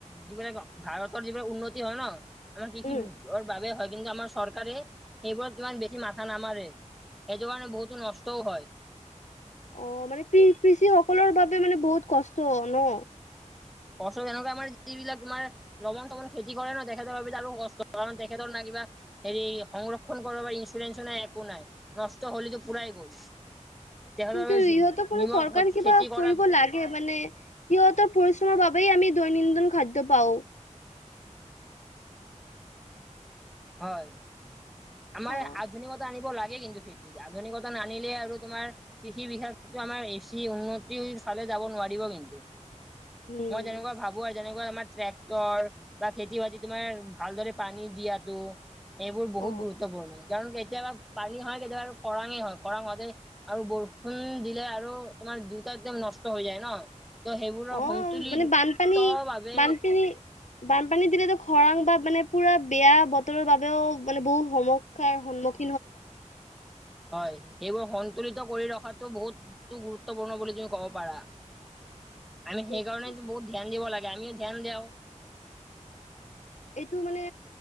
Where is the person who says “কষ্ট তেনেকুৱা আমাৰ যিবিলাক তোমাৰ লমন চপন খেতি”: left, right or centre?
Centre